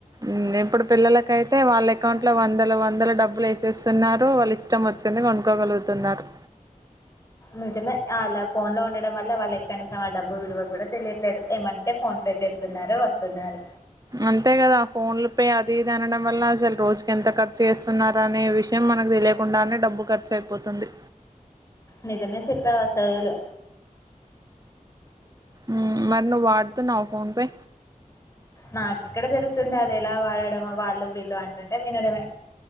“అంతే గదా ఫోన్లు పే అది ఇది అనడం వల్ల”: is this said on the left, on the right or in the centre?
Right